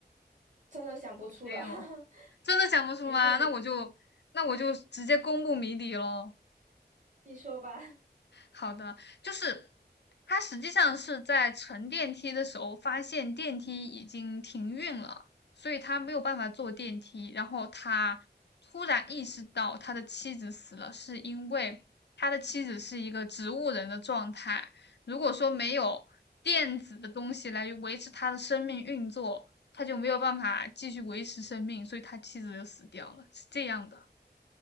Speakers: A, on the right; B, on the left.
A: 真的想不出了。
B: 有没有？
A: <laughs>
B: 真的想不出吗？
A: 没事，你
B: 那我就那我就直接公布谜底喽。
A: 你说吧。
B: 好的，就是他实际上是在乘电梯的时候发现电梯已经停运了，所以他没有办法坐电梯。然后他突然意识到他的妻子死了，是因为他的妻子是一个植物人的状态。如果说没有电子的东西来维持他的生命运作，他就没有办法继续维持生命，所以他妻子就死掉了，是这样的，